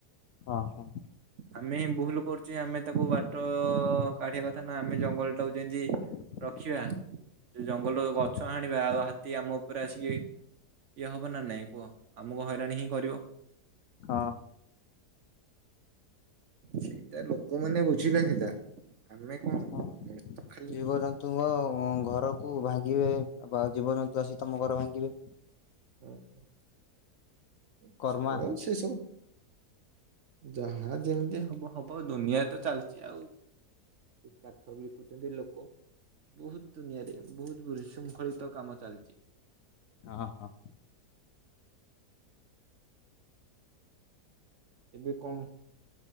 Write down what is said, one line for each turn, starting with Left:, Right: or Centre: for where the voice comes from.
Left: ହଁ ହଁ।
Right: ଆମେ ଭୁଲ କରୁଛେ ଆମେ ତାକୁ ବାଟ ଅ କାଢିବା କଥା ନା ଆମେ ଜଙ୍ଗଲ ଟାକୁ ଯେନ୍ତି
Left: <inaudible>
Right: ଦେଖିବା ସେ ଜଙ୍ଗଲ କୁ ଗଛ
Left: ହଁ
Right: ହା ଦେଖିବା ଆଉ ହାତୀ ଆମ ଉପରେ ଆସିକି ଇଏ ହବ ନା ନାଇଁ କୁହ ଆମକୁ ହଇରାଣ ହିଁ କରିବ।
Left: ହଁ।
Right: ସେଇଟା ଲୋକମାନେ ବୁଝିଲେ ହେଲା। ଆମେ କଣ
Left: ହଁ
Right: ତ ଖାଲି
Left: ଜୀବଜନ୍ତୁଙ୍କ ଘରକୁ ଭାଙ୍ଗିବେ। ଆଉ ବା ଜୀବଜନ୍ତୁ ଆସି ତମ ଘର ଭାଙ୍ଗିବେ।
Right: ହ ଆଛା
Left: କର୍ମା
Right: ସେସବୁ ଯାହା ଯେମିତି ହବ ହବ ଦୁନିଆ ତ ଚାଲିଛି ଆଉ। କାଠ ବିକୁଚନ୍ତି ଲୋକ ବହୁତ ଦୁନିଆରେ ବହୁତ ବିଶୃଙ୍ଖଳିତ କାମ ଚାଲିଚି।
Left: ହଁ ହଁ।
Right: ଏବେ କଣ